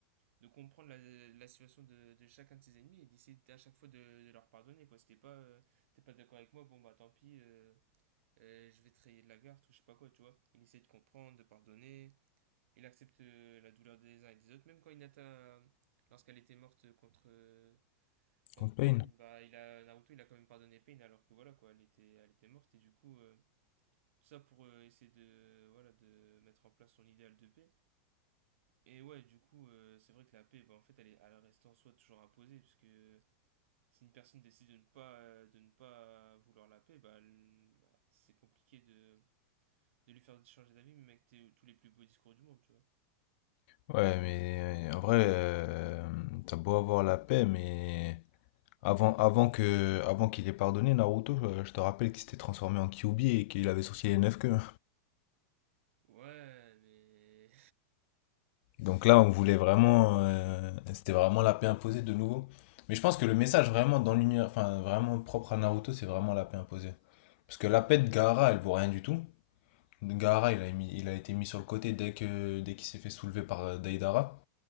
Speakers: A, on the right (about 70°); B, on the left (about 60°).
A: de comprendre la, la situation de, de chacun de ses ennemis et d'essayer à chaque fois de, de leur pardonner, quoi, c'était pas, euh, t'es pas d'accord avec moi, bon, bah, tant pis, euh, euh, je vais trahir la garde ou je sais pas quoi, tu vois. Il essaie de comprendre, de pardonner. Il accepte euh, la douleur des uns et des autres. Même quand Hinata, euh, lorsqu'elle était morte contre, euh, contre
B: campaign.
A: Pain, bah, il a, Naruto il a quand même pardonné Pain alors que voilà quoi, elle était, elle était morte. Et du coup, euh, tout ça pour euh, essayer de, voilà, de mettre en place son idéal de paix. Et ouais, du coup, euh, c'est vrai que la paix, bah, en fait, elle, est, elle reste en soi toujours imposée puisque si une personne décide de ne pas, euh, de ne pas vouloir la paix, bah, elle- bah, c'est compliqué de de lui faire changer d'avis, même avec tes- tous les plus beaux discours du monde, tu vois.
B: Ouais, mais euh, en vrai, euh, t'as beau avoir la paix, mais avant, avant que, avant qu'il ait pardonné Naruto, euh, je te rappelle qu'il s'était transformé en Kyuubi et qu'il avait sorti les neuf queues.
A: Ouais, mais.
B: Donc là, on voulait vraiment, euh, c'était vraiment la paix imposée de nouveau. Mais je pense que le message vraiment dans l'univers, enfin vraiment propre à Naruto, c'est vraiment la paix imposée. Parce que la paix de Gaara, elle vaut rien du tout. Gaara, il a mis- il a été mis sur le côté dès que, dès qu'il s'est fait soulever par euh, Deidara.